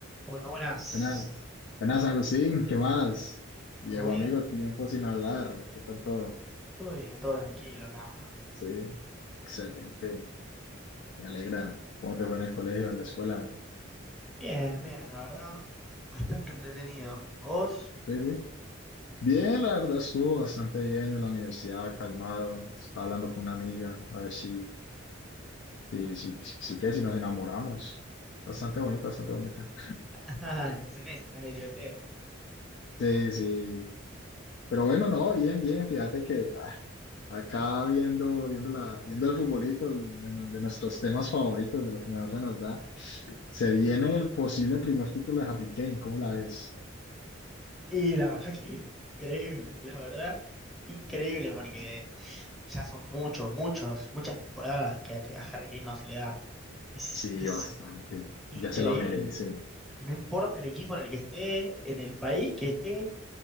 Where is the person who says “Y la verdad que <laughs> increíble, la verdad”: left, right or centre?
Centre